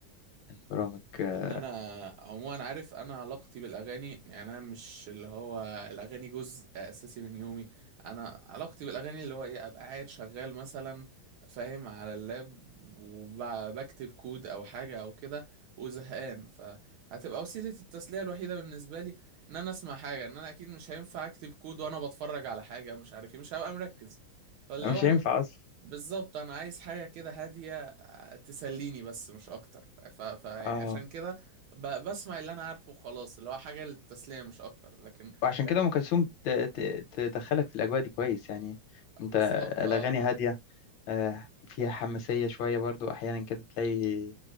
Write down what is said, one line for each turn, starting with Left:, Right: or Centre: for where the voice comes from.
Left: من برامج
Right: ان
Left: آه،
Right: انا عموما عارف انا علاقتي بالاغاني يعني انا مش اللي هو الاغاني جزء اساسي من يومي انا علاقتي بالاغاني اللي هو ايه ابقى قاعد شغال مثلا فاهم على اللاب وبكتب كود او حاجه او كده وزهقان فهتبقى وسيله التسليه الوحيده بالنسبه لي ان انا اسمع حاجه ان انا اكيد مش هينفع اكتب كود وانا بتفرج على حاجه مش عارف ايه مش هبقى مركز فاللي
Left: مش
Right: هو
Left: هينفع اصلا
Right: بالظبط انا عايز حاجه كده هاديه آه، تسليني بس مش اكتر ف... ف يعني
Left: اه
Right: عشان كده ب... بسمع اللي انا عارفه خلاص اللي هو حاجه للتسليه مش اكتر لكن
Left: وعشان
Right: لكن
Left: كده ام كلثوم ت- ت- تدخلك في الاجواء دي كويس يعني انت
Right: بالظبط
Left: الاغاني
Right: اه
Left: هادية آه، فيها حماسية شوية برضو احيانا كده تلاقي